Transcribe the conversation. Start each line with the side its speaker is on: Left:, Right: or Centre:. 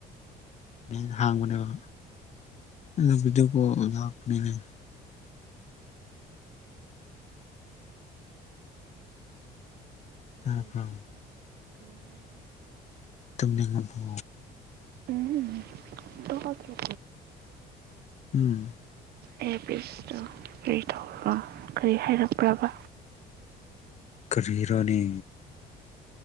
Left: ꯅꯦꯠ ꯍꯥꯡꯕꯅꯦꯕ ꯑ ꯚꯗꯤꯑꯣ ꯀ‌ꯣꯜ ꯑꯣ ꯂꯥꯛꯄꯅꯦ ꯇꯥꯕ꯭ꯔꯣ
Right: ꯀꯔꯤ ꯍꯥꯏꯕꯔ‌ꯣ ꯀꯔꯤ ꯍꯥꯏꯕꯔ‌ꯣ
Left: ꯇꯨꯝꯅꯤꯡꯉꯕꯣ
Right: ꯎꯝ ꯇꯥꯗꯔ꯭ꯕꯣ
Left: ꯎꯝ
Right: ꯏꯌꯔꯥꯄꯤꯁ ꯀꯔꯤ ꯇꯧꯕꯔ ꯀꯔꯤ ꯍꯥꯏꯔꯛꯄ꯭ꯔꯕ
Left: ꯀꯔꯤꯔꯅꯤ